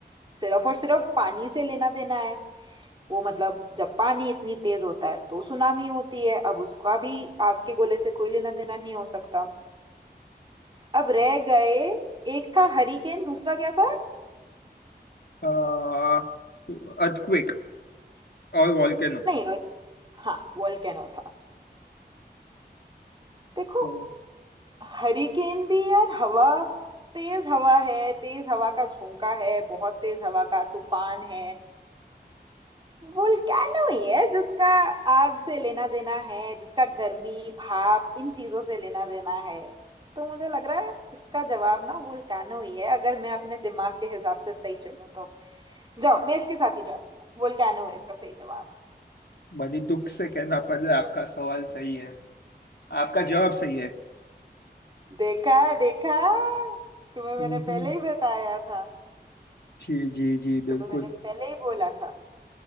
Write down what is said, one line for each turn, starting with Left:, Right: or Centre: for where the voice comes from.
Right: सिर्फ और सिर्फ पानी से लेना देना है वो मतलब जब पानी इतनी तेज होता है तो सुनामी होती है अब उसका भी आग के गोले से कोई लेना देना नहीं हो सकता अब रह गए एक था हरिकेन दूसरा क्या था
Left: आ अर्थक्वेक और वॉल्केनो
Right: नहीं और हाँ वोल्केनो था देखो
Left: तो
Right: हरिकेन भी यार हवा तेज हवा है तेज हवा का झोंका है बहुत तेज हवा का तूफान है वोल्केनो ही है जिसका आग से लेना देना है जिसका गर्मी भाप इन चीजों से लेना देना है तो मुझे लग रहा है इसका जवाब ना वोल्केनो ही है अगर मैं अपने दिमाग के हिसाब से सही चलूं तो जाओ मैं इसके साथ ही जाती हूँ वोल्केनो है इसका सही जवाब
Left: बड़ी दुख से कहना पड़ रहा है आपका सवाल सही है आपका जवाब सही है
Right: देखा देखा तुम्हें मैंने
Left: हम्म
Right: पहले ही बताया था
Left: जी जी जी
Right: तुम्हें
Left: बिल्कुल
Right: मैंने पहले ही बोला था